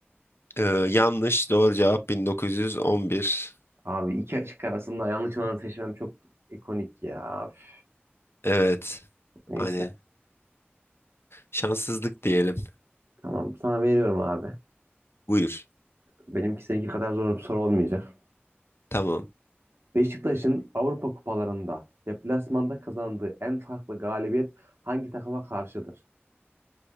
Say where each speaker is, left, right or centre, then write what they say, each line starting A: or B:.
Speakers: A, on the left (about 65°); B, on the right (about 70°).
A: Ee, yanlış doğru cevap 1911.
B: Abi iki açık arasında yanlış olanı seçmem çok ikonik ya. Üf.
A: Evet.
B: Neyse.
A: Hani şanssızlık diyelim.
B: Tamam sana veriyorum abi.
A: Buyur.
B: Benimki seninki kadar zor bir soru olmayacak.
A: Tamam.
B: Beşiktaş'ın Avrupa kupalarında deplasmanda kazandığı en farklı galibiyet hangi takıma karşıdır?